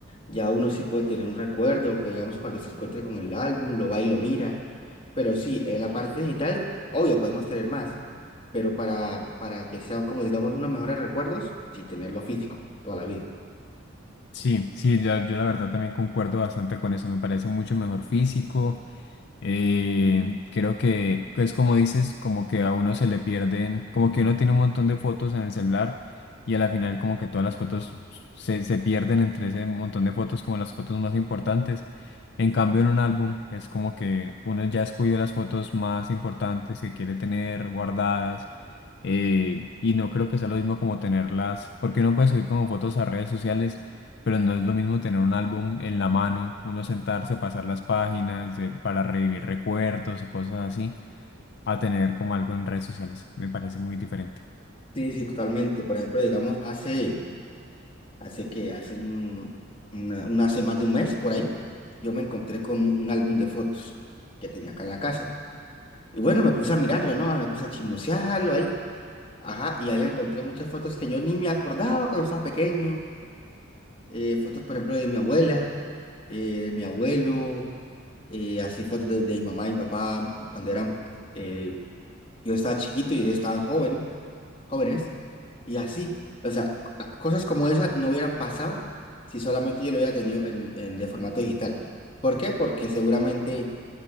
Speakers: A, on the left; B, on the left.
A: ya uno sí puede tener un recuerdo, que digamos, cuando se encuentre con el álbum, lo va y lo mira. Pero sí, en la parte digital, obvio, podemos tener más. Pero para, para que sea como, digamos, unos mejores recuerdos, sí, tenerlo físico toda la vida.
B: Sí, sí, ya- yo la verdad también concuerdo bastante con eso, me parece mucho mejor físico, Eh, creo que que es como dices, como que a uno se le pierden, como que uno tiene un montón de fotos en el celular y a la final como que todas las fotos se, se pierden entre ese montón de fotos como las fotos más importantes. En cambio en un álbum es como que uno ya escogió las fotos más importantes que quiere tener guardadas eh, y no creo que sea lo mismo como tenerlas, porque uno puede subir como fotos a redes sociales pero no es lo mismo tener un álbum en la mano, uno sentarse a pasar las páginas de- para revivir recuerdos y cosas así, a tener como algo en redes sociales. Me parece muy diferente.
A: Sí, sí, totalmente. Por ejemplo, digamos, hace, hace que, hace un- una, una- hace más de un mes por ahí, yo me encontré con un álbum de fotos que tenía acá en la casa. Y bueno, me puse a mirarlo, ¿no? Me puse a chismosearlo ahí. Ajá, y ahí encontré muchas fotos que yo ni me acordaba cuando estaba pequeño. Eh, fotos, por ejemplo, de mi abuela, eh, de mi abuelo, eh, así fotos de, de mi mamá y mi papá cuando eran, eh, yo estaba chiquito y ellos estaban joven, jóvenes, y así. O sea, c- a- cosas como esas no hubieran pasado si solamente yo lo hubiera tenido en, en- de formato digital. ¿Por qué? Porque seguramente